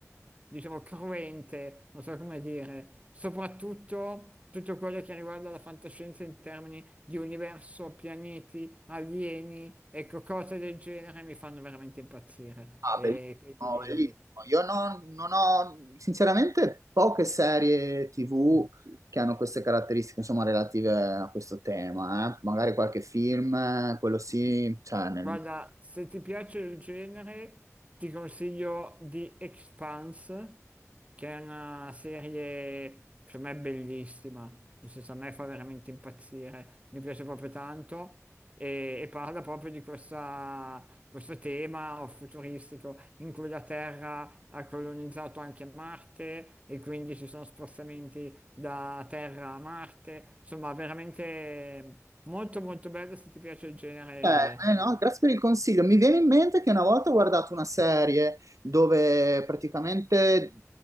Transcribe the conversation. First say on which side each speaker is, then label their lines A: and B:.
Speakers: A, on the right; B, on the right.
A: diciamo, cruente, non so come dire, soprattutto tutto quello che riguarda la fantascienza in termini di universo, pianeti, alieni, ecco, cose del genere mi fanno veramente impazzire.
B: Ah,
A: E
B: bellissimo,
A: quindi
B: bellissimo. Io non, non ho, sinceramente, poche serie TV che hanno queste caratteristiche, insomma, relative a questo tema, eh. Magari qualche film, eh, quello sì, cioè, nel-
A: Guarda, se ti piace il genere, ti consiglio The Expanse, che è una serie, secondo me, bellissima. Nel senso, a me fa veramente impazzire, mi piace proprio tanto. E, e parla proprio di questa- questo tema futuristico in cui la Terra ha colonizzato anche Marte e quindi ci sono spostamenti da Terra a Marte. Insomma, veramente molto molto bello se ti piace il genere
B: Eh, eh, no, grazie per il consiglio. Mi viene in mente che una volta ho guardato una serie dove praticamente,